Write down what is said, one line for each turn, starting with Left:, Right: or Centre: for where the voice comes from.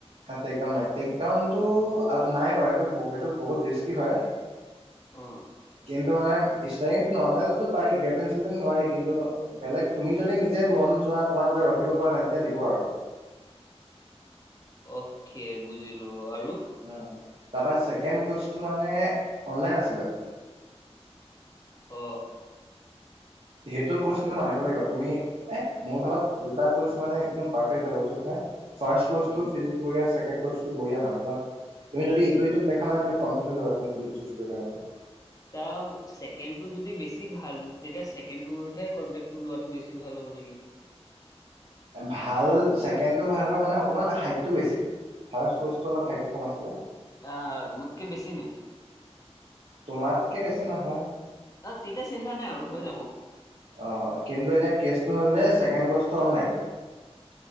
Right: আ টেকডাউন নাই টেকডাউনটো নাই বাৰু সেইটো সেইটো বহুত ৰিস্কি হয়।
Left: অ
Right: কিন্তু মানে ষ্টাৰিংটো নৰ্মেলটো পাৰি গেডলিং চেডলিং নোৱাৰি কিন্তু বেলেগ তুমি যদি নিজে মন যোৱা তোমাৰ বোলে ৰখিব পৰা নাই তেতিয়া দিব আৰু
Left: অকে বুজিলো আৰু
Right: উ তাৰপা চেকেণ্ড কচটো মানে অনলাইন আছিলে।
Left: অ
Right: সেইটো কৰ্চ কিন্তু মানিব লাগিব তুমি এ মোৰ ভাগত দুটা কচ মানে একদম পাৰফেক্ট যাব কৈছো নহয় ফাৰ্ষ্ট কচটো
Left: উম
Right: ফিজিক বঢ়িয়াচে ছেকেণ্ড কচটো বঢ়িয়া মানে তোমাক তুমি যদি ইটো সিটোক দেখা নহয় তুমি কনফিউজ হৈ যাবা তুমি কোনটো চোচ কৰিবা নকৰা
Left: তা ছেকেণ্ডটো যদি বেছি ভাল তেতিয়া ছেকেণ্ডটোৰহে কন্টেক্টটো লোৱাটো বেছি ভাল হ'ব নেকি
Right: ভাল ছেকেণ্ডটো ভাল হয় মানে অকমান হাইটটো বেছি ফাৰ্ষ্ট কচ টো অলপ হাইটতো কম আছিলে
Left: অ মোতকে বেছি নেকি
Right: তোমাতকে বেছি নহয়
Left: অ তেতিয়া চিন্তা নাই আৰু হৈ যাব
Right: অ কিন্তু এতিয়া কেচটো হ'ল যে ছেকেণ্ড কৰ্চটো অনলাইন